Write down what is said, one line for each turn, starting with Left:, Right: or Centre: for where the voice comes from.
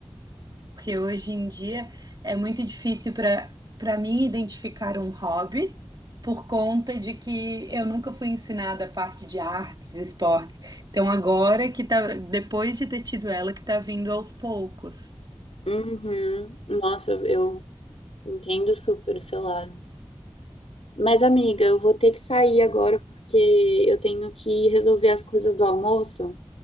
Right: porque hoje em dia é muito difícil para para mim identificar um hobby por conta de que eu nunca fui ensinada a parte de artes, esportes. Então agora que tá, depois de ter tido ela, que tá vindo aos poucos.
Left: Uhum. Nossa, eu eu entendo super o seu lado. Mas, amiga, eu vou ter que sair agora porque eu tenho que resolver as coisas do almoço